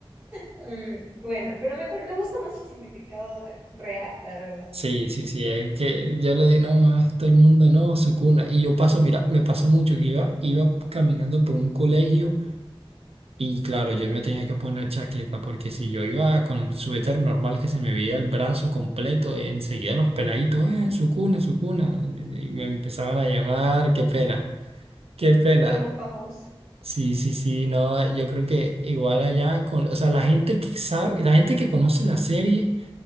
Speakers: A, on the right; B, on the right.
A: Mm, bueno, pero me, me gusta más el significado real, la verdad,
B: Sí, sí, sí, es que yo le di, no, a todo el mundo, no, su cuna. Y yo paso, mira, me pasó mucho que iba, iba caminando por un colegio y claro, yo me tenía que poner chaqueta porque si yo iba con un suéter normal que se me veía el brazo completo, enseguida los peladitos, eh, su cuna, su cuna, y me empezaban a llamar, qué pena, qué pena.
A: como famoso.
B: Sí, sí, sí, no, yo creo que igual allá, con, o sea, la gente que sabe, la gente que conoce la serie